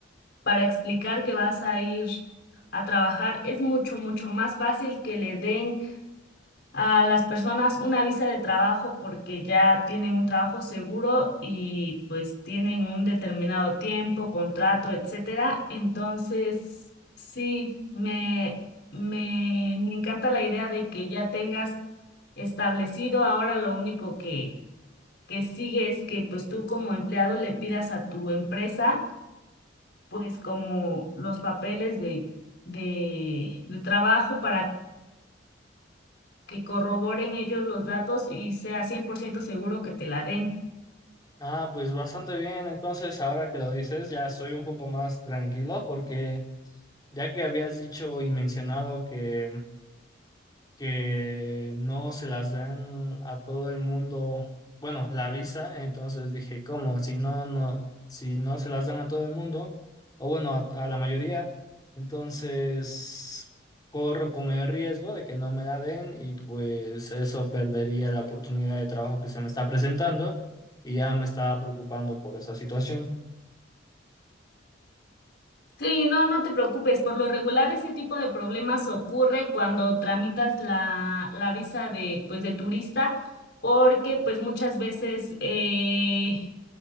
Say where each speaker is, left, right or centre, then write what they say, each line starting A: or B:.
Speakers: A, on the left; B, on the left.
A: para explicar que vas a ir a trabajar. Es mucho, mucho más fácil que le den a las personas una visa de trabajo porque ya tienen un trabajo seguro y pues tienen un determinado tiempo, contrato, etcétera. Entonces, sí, me, me, me encanta la idea de que ya tengas establecido. Ahora lo único que, que sigue es que pues tú como empleado le pidas a tu empresa pues como los papeles de, de, de trabajo para que corroboren ellos los datos y sea 100% seguro que te la den.
B: Ah, pues bastante bien. Entonces, ahora que lo dices, ya estoy un poco más tranquilo porque ya que habías dicho y mencionado que que no se las dan a todo el mundo, bueno, la visa, entonces dije, ¿cómo? Si no, no, si no se las dan a todo el mundo, o bueno, a, a la mayoría, entonces corro con el riesgo de que no me la den y pues eso perdería la oportunidad de trabajo que se me está presentando y ya me estaba preocupando por esa situación.
A: Sí, no, no te preocupes. Por lo regular, ese tipo de problemas ocurre cuando tramitas la, la visa de, pues, de turista, porque pues muchas veces eh,